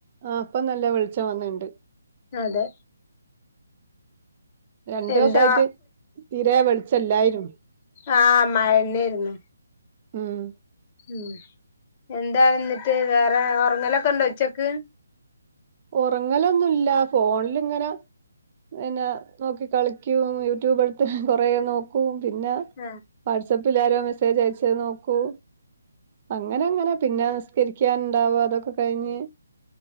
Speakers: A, on the right; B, on the left.
A: ആഹ് ഇപ്പൊ നല്ല വെളിച്ചം വന്നിണ്ട്
B: അതെ
A: രണ്ടു ദിവസായിട്ട്
B: എന്താ
A: തീരെ വെളിച്ചം ഇല്ലായിരുന്നു
B: ആഹ് മഴന്നായിരുന്നു
A: ഉം
B: ഉം എന്താ എന്നിട്ട് വേറെ ഉറങ്ങലൊക്കെ ഉണ്ടോ ഉച്ചക്ക്
A: ഉറങ്ങലൊന്നുല്ല ഫോണിലിങ്ങനെ പിന്നെ നോക്കി കളിക്കും യൂട്യൂബ് എടുത്ത് കൊറെ നോക്കും പിന്ന
B: ആഹ്
A: വാട്സആപ്പിൽ ആരാ മെസ്സേജ് അയച്ചെ നോക്കൂ അങ്ങനെ അങ്ങനെ പിന്നെ നിസ്കരിക്കാനുണ്ടാവും അതൊക്കെ കഴിഞ്ഞ്